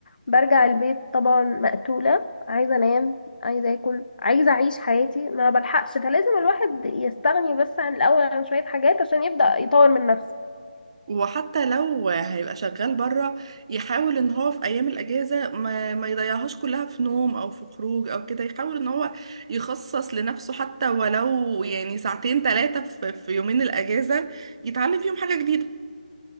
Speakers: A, on the left; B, on the right.
A: برجع البيت طبعا مقتولة عايزة انام عايزة اكل عايزة اعيش حياتي ما بلحقش فلازم الواحد يستغني بس عن الاول عن شوية حاجات عشان يبدأ يطور من نفسه
B: وحتى لو هيبقى شغال بره يحاول ان هو في ايام الاجازة ما, ما يضيعهاش كلها في نوم او في خروج او كده يحاول ان هو يخصص لنفسه حتى ولو يعني ساعتين ثلاثة في... في يومين الاجازة يتعلم فيهم حاجة جديدة